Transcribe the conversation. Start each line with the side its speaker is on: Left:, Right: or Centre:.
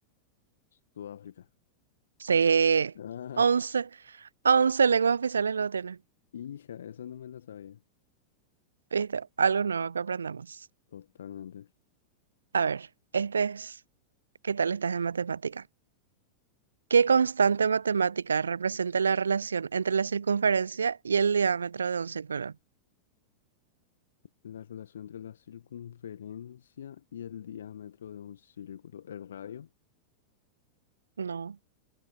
Left: Sudáfrica.
Right: Sí.
Left: Ah,
Right: 11, 11 lenguas oficiales lo tiene.
Left: <laughs> hija, esa no me la sabía.
Right: ¿Viste? Algo nuevo que aprendamos.
Left: Totalmente.
Right: A ver, este es... ¿Qué tal estás en matemática? ¿Qué constante matemática representa la relación entre la circunferencia y el diámetro de un círculo?
Left: La relación entre la circunferencia y el diámetro de un círculo. El radio.
Right: No,